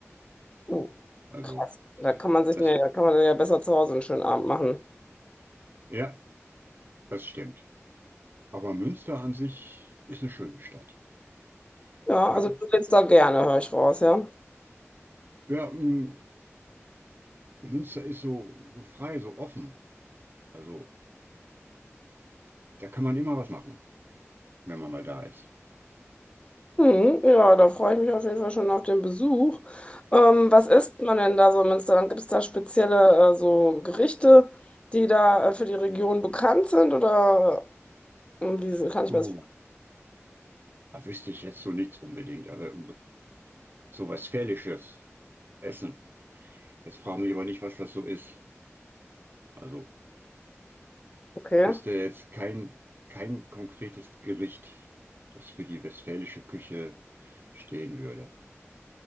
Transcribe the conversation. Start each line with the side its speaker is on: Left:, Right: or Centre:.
Left: Oh,
Right: Also,
Left: krass. Da kann man sich,
Right: das,
Left: nee, da kann man ja besser zu Hause einen schönen Abend machen.
Right: ja, das stimmt. Aber Münster an sich ist eine schöne Stadt.
Left: Ja,
Right: Ja,
Left: also
Right: doch.
Left: du lebst da gerne, höre ich raus, ja.
Right: Ja, m, Münster ist so, so frei, so offen. Also, da kann man immer was machen, wenn man mal da ist.
Left: Hm, ja, da freue ich mich auf jeden Fall schon auf den Besuch. Ähm, was isst man denn da so im Münsterland? Gibt es da spezielle äh, so Gerichte, die da äh, für die Region bekannt sind? Oder äh, wie kann ich
Right: Oh,
Left: mir das
Right: da wüsste ich jetzt so nichts unbedingt, aber so was Westfälisches essen. Jetzt fragen mich aber nicht, was das so ist. Also,
Left: vorstellen?
Right: Wüsste jetzt kein, kein konkretes Gericht, das für die westfälische Küche stehen würde.